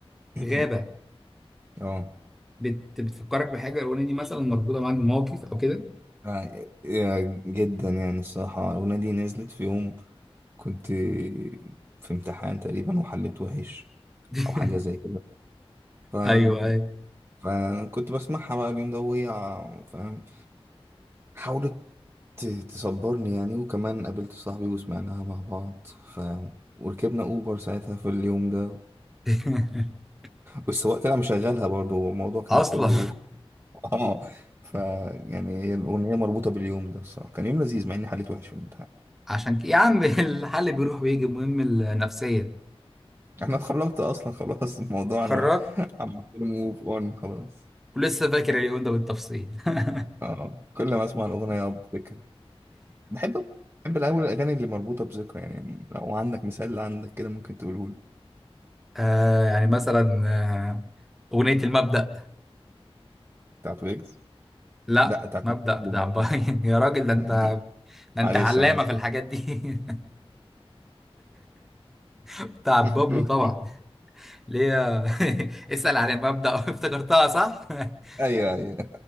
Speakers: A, on the right; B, in the centre.
A: <clears throat>
B: <laughs> غابه
A: اه
B: بت... بتفكرك بحاجه الاغنيه دي مثلا مربوطه معاك بموقف او كده
A: آه، جدا يعني الصراحة الأغنية دي نزلت في يوم كنت في امتحان تقريبا وحليت وحش
B: <laughs>
A: أو حاجة زي كده
B: ايوه ايوه
A: فكنت بسمعها بقى اليوم ده وهي فاهم حاولت ت- تصبرني يعني وكمان قابلت صاحبي وسمعناها مع بعض فاهم وركبنا أوبر ساعتها في اليوم ده
B: <laughs>
A: والسواق طلع مشغلها برضه والموضوع كان
B: اصلا
A: كله <laughs> اه ف يعني هي الأغنية مربوطة باليوم ده الصراحة كان يوم لذيذ مع إني حليت وحش في الامتحان
B: <laughs> عشان كده يا عم الحل بيروح ويجي المهم النفسيه
A: <laughs> أنا اتخرجت أصلا خلاص الموضوع
B: اتخرجت
A: أنا <laughs> عملت له موف أون خلاص
B: ولسه فاكر اليوم ده بالتفصيل <laughs>
A: اه كل ما أسمع الأغنية بفتكر بحب بحب الأول الأغاني اللي مربوطة بذكرى يعني لو عندك مثال عندك كده ممكن تقوله لي
B: آه يعني مثلا آه اغنيه المبدأ
A: بتاعت ويجز
B: لا
A: لا بتاعت
B: مبدأ
A: محمود
B: بتاع
A: ومروان
B: باين <laughs> يا راجل ده انت
A: بابلو. <laughs>
B: ده انت
A: معلش
B: علامه
A: أنا آسف
B: في الحاجات دي <laughs> بتاع بابلو
A: <laughs>
B: طبعا اللي هي <laughs> اسأل عن المبدأ <laughs> افتكرتها صح <laughs>
A: أيوه أيوه